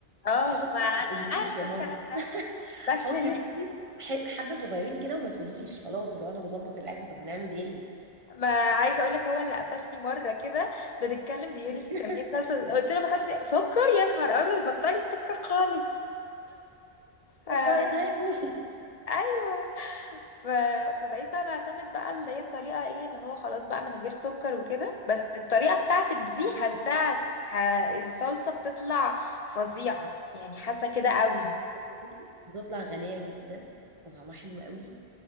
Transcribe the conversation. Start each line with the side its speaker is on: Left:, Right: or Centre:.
Left: اه
Right: حطي
Left: فانا
Right: ما تقوليش
Left: عارفه
Right: يا ماما
Left: الكلام ده بس
Right: حطي
Left: اللي
Right: بصي ح- حبه صغيرين كده وما تقوليش خلاص لو انا بظبط الاكل طب هنعمل ايه
Left: ما عايزه اقول لك هو اللي قفشني مره كده بنتكلم بيقول لي
Right: <laughs>
Left: انت بتعملي صلصه قلت له بحط فيها سكر يا نهار ابيض بطلي سكر خالص ف
Right: الدايت هيبوظ
Left: ايوه ف... فبقيت بقى بعتمد بقى اللي هي الطريقه ايه اللي هو خلاص بقى من غير سكر وكده بس الطريقه بتاعتك دي
Right: <laughs>
Left: حاساها ح... الصلصه بتطلع فظيعه يعني حاسه كده قوي
Right: بصي، بتطلع غنية جدا وطعمها حلو قوي